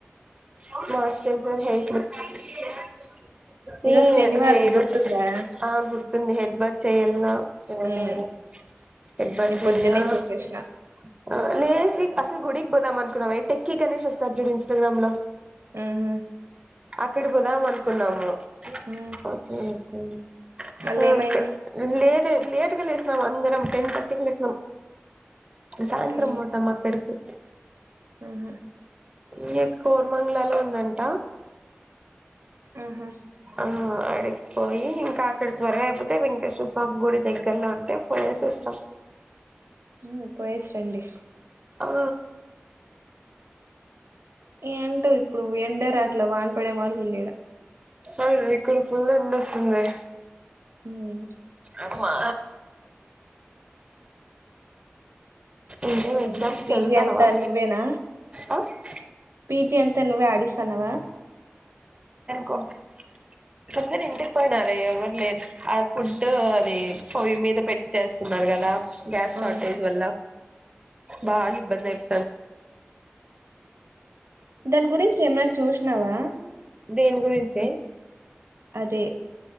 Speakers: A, on the right; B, on the right.
A: <unintelligible> హేయిట్లు <unintelligible>
B: ఈరోజు శనివారం
A: నేరుస్
B: గుర్తుందా
A: ఆ గు <unintelligible> హెడ్ బాత్ చేయ్యాలనా రెండోవద
B: ఉమ్
A: హెడ్ బాత్
B: నేను
A: <unintelligible>
B: పొద్దునే చేసేసిన
A: అసలు గుడిక్ బోదాం అనుకున్నామె టెక్కి గణష్ వస్తార్ జుడు ఇంస్టాగ్రామ్ లో
B: ఉమ్
A: అక్కడ పోదామనుకున్నాము <unintelligible>
B: ఉమ్ మళ్ళీ ఏమైంది
A: లేట్ లేటుగా లేసినాం అందారం టెన్ థర్టీకి లేసినాం సాయంత్రం
B: టెన్
A: పోతాం
B: థర్టీ
A: అక్కడికి
B: ఉహు
A: ఇయే కోర్మంగ్లాలో ఉందంట
B: ఆహా
A: ఆ అడికిపోయి ఇంకా అక్కడ త్వరగా అయిపోతే వెంక్ టేశ్వస్వామి గుడి దగ్గర్లో ఉంటే పోయేసి వస్తాం
B: ఉమ్ పోయెసి రండి
A: ఆ
B: ఏ ఏంటో ఇప్పుడు ఎండే రాట్లే వాన్ పడే మార్గ ఉంది ఇడా
A: <unintelligible> ఇక్కడ ఫుల్ ఎండ వస్తుందే
B: ఉమ్
A: అమ్మా ఇంకేం
B: <unintelligible>
A: ఎగ్జామ్స్
B: పీజీ
A: చదువుతానవా
B: అంతా నువ్వేనా
A: ఆ
B: పీజీ అంత అయితే నువ్వే ఆడిస్తానవా
A: కొందర్ ఇంటికి పోయినారే ఎవరు లేదు ఆ ఫుడ్ అది పోయి మీద పెట్టి చేస్తున్నారు కదా గ్యాస్
B: ఆ
A: షార్టేజ్ వల్ల బాగా ఇబ్బంది <unintelligible>
B: దాని గురించి ఏమైనా చూసినావా
A: దేని గురించే
B: అదే